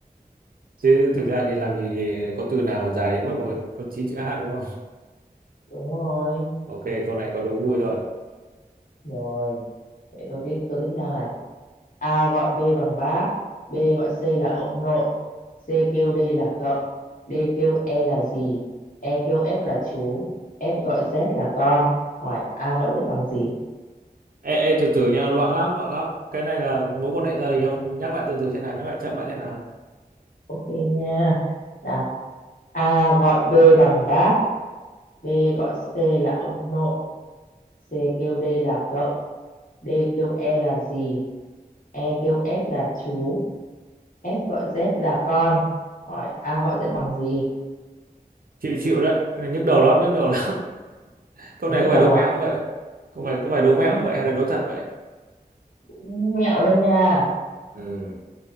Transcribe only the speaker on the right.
chứ thực ra thì làm gì có từ nào mà dài đến mức mà có 9 chữ H đúng không
<laughs> ok câu này có đố vui rồi
ê, ê từ từ nha loạn lắm loạn lắm cái này là mối quan hệ gia đình không nhắc lại từ từ thế nào nhắc lại chậm lại thế nào
chịu chịu đấy cái này nhức đầu lắm nhức đầu lắm <laughs> câu
này có phải
đố mẹo
không vậy không Câu này có phải đố
mẹo không vậy hay là đố thật vậy
ừ.